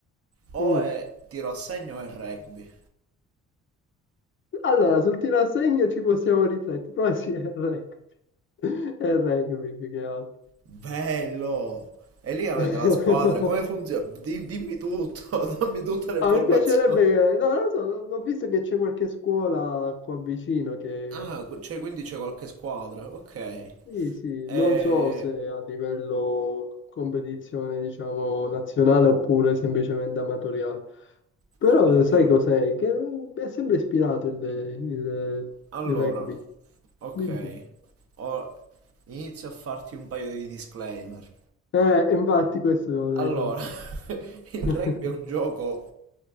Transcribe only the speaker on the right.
O
è tiro a segno o è rugby.
Bello! E lì avete la
squadra, come funziona? Di- dimmi tutto, <laughs> dammi tutte le informazioni.
Ah, qu- cioè, quindi c'è qualche squadra, ok.
E...
Vabbè,
però...
Allora,
Ok,
Ho- inizio a farti un paio di disclaimer.
Allora, <laughs>
il rugby
è un gioco...